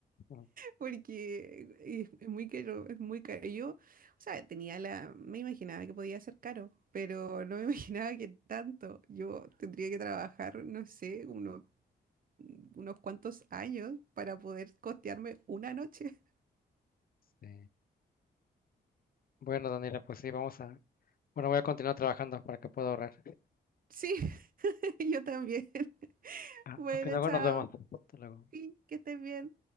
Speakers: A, on the left; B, on the right.
A: ¿no?
B: porque es, es muy caro, es muy caro. Yo, o sea, tenía la, me imaginaba que podía ser caro, pero no me <laughs> imaginaba que tanto. Yo tendría que trabajar, no sé, uno- unos cuantos años para poder costearme una noche. <laughs>
A: Sí. Bueno, Daniela, pues sí, vamos a... Bueno, voy a continuar trabajando para que pueda ahorrar.
B: Sí, <laughs> yo también. <laughs>
A: Ah,
B: Bueno,
A: ok, luego
B: chao.
A: nos vemos. Hasta luego.
B: Sí, que estés bien.